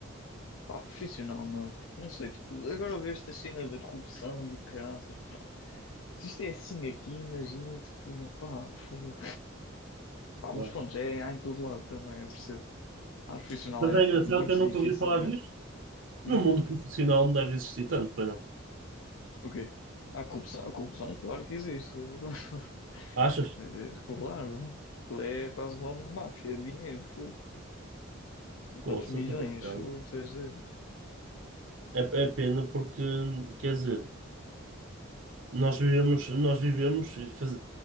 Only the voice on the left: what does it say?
Pá, profissional não. Porque não sei, tipo, agora vejo estas cenas da corrupção e o caraças, pá. Se isto é assim aqui, imagina, tipo, pá, fogo. Pá, mas
pronto, é, há em todo lado também, eu percebo. Ah, profissional
é
muito
difícil
mesmo.
Hum?
O quê? a corrupção, a corrupção, claro que existe. fogo. <laughs>
É, Claro. Aquilo é quase uma máfia de dinheiro. fogo. Quantos
milhões?
fogo, tu és doido.